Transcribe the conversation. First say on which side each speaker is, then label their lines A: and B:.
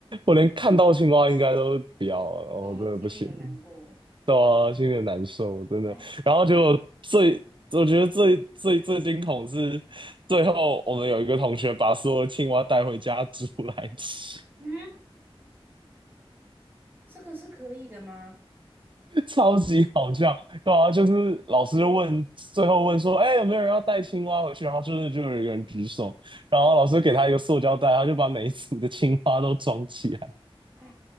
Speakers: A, on the right (about 55°); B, on the right (about 20°).
A: 我连看到青蛙应该都不要了我真的不行。
B: <laughs> 哦，心里很难过。
A: <laughs> 对啊，
B: 天
A: 心里很难受，真的。
B: 哎，
A: 然后结果最，我觉得最最最惊恐是，最后我们有一个同学把所有的青蛙带回家煮来吃，
B: 嗯，这个是可以的吗？
A: <laughs> 超级好笑。对啊，就是老师就问，最后问说，哎，有没有人要带青蛙回去？然后真的就有一个人举手，然后老师给他一个塑胶袋，他就把每一组的青蛙都装起来，
B: 啊，